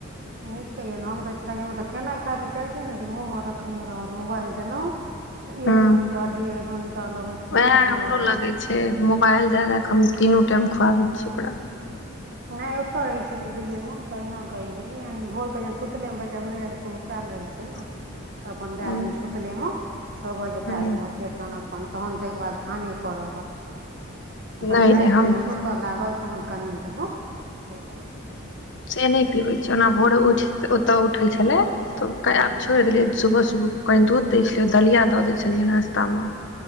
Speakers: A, on the right; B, on the left.
A: नीके यने हम छै हमर त खेनाइ खाय ले चाहते ने जे मुँह मे रखने रहल मोबाइल देलों तऽ
B: हँ
A: एक घंटा डेढ़ घंटा लगैत रहय
B: उएह
A: छै खु
B: हमरो
A: आबे
B: लगै
A: मे
B: मोबाइल दा दा क हम तीनू टाइम खुआबै छियै ओकरा
A: नइ ओतय रहै छलियै दिल्ली मे तऽहिना करै छलियै यानि भोर के ज सुतले मे बच्चा भेर रात क भुखाल रहै छै ने
B: <inaudible>
A: तऽ अपन दए
B: हूँ
A: देलहुँ सुतलेमे छ बजे
B: हूँ
A: देलहुँ फेर तहन अपन तहन तइके बाद खाने पर रहल अपन
B: नहि
A: रातिमे
B: नहि हम
A: सु त लागल तहन कनि देलो ह <inaudible>
B: से नइ पीबै छै ओना भोरे उठ ओतऽ उठै छलै तो ओकर आब
A: हँ
B: छोड़ि देलियै सुबह सुबह कनी दूध दै छलियै दलिया द दै छलियै नाश्ता मे